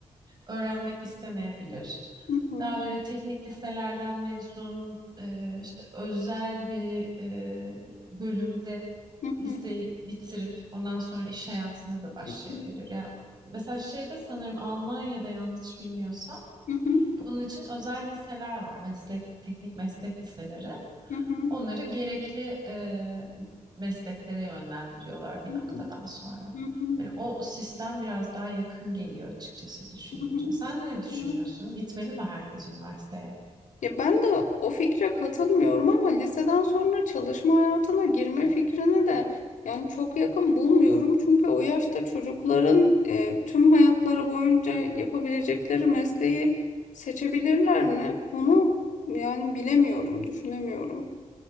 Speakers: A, on the right; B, on the left.
A: öğrenmek istemeyebilir.
B: hı.
A: Daha böyle teknik liselerden mezun, e, işte özel bir e, bölümde
B: Hı hı.
A: liseyi bitirip ondan sonra iş hayatına da başlayabilir.
B: Hı hı.
A: Ya mesela şeyde sanırım Almanya'da yanlış bilmiyorsam
B: Hı hı.
A: bunun için özel liseler var. Meslek, teknik meslek liseleri.
B: Hı hı.
A: Onları gerekli e, mesleklere yönlendiriyorlar bir
B: Hı
A: noktadan
B: hı.
A: sonra.
B: Hı hı.
A: Yani o sistem biraz daha yakın geliyor açıkçası düşününce.
B: Hı hı.
A: Sen ne düşünüyorsun?
B: Hı hı.
A: Gitmeli mi herkes üniversiteye?
B: Ya ben de o fikre katılmıyorum ama liseden sonra çalışma hayatına girme fikrine de yani çok yakın bulmuyorum. Çünkü o yaşta çocukların e, tüm hayatları boyunca yapabilecekleri mesleği seçebilirler mi? Onu yani bilemiyorum, düşünemiyorum.